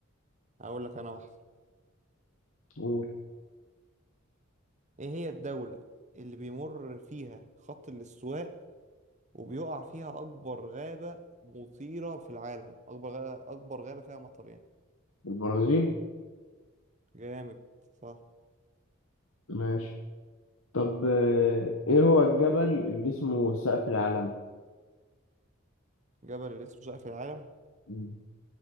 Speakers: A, on the right (about 35°); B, on the left (about 85°).
A: أقول لك أنا واحدة
B: قول
A: إيه هي الدولة اللي بيمر فيها خط الاستواء وبيقع فيها أكبر غابة مطيرة في العالم أكبر غابة أكبر غابة فيها مطرين
B: البرازيل
A: جامد صح
B: ماشي طب آه، ايه هو الجبل اللي اسمه سقف العالم
A: جبل اللي اسمه شائع في العالم
B: مم.